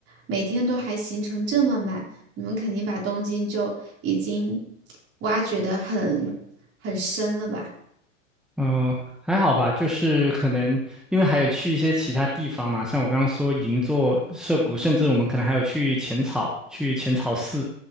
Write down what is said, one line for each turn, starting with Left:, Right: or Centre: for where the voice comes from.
Right: 每天都还行程这么满，你们肯定把东京就已经挖掘得很很深了吧？
Centre: 嗯、还好吧，就是可能因为还有去一些其他地方嘛，像我刚刚说银座、涩谷，甚至我们可能还有去浅草，去浅草寺，